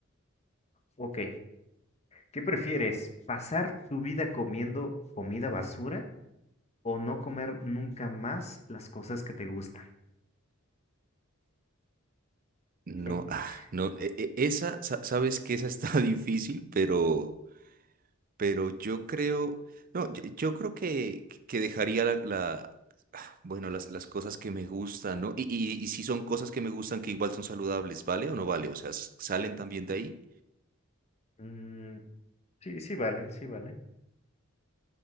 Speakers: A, on the left; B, on the right.
A: Ok, ¿qué prefieres? ¿Pasar tu vida comiendo comida basura o no comer nunca más las cosas que te gustan?
B: No,
A: <laughs>
B: ah, no, e- e- esa, sa- sabes que esa está <laughs> difícil, pero, pero yo creo, no, yo, yo creo que, que dejaría la, la- ah, bueno, las, las cosas que me gustan, ¿no? Y, y, y si son cosas que me gustan que igual son saludables, ¿vale o no vale? O sea, s- ¿salen también de ahí?
A: Mm, sí, sí, vale, sí, vale.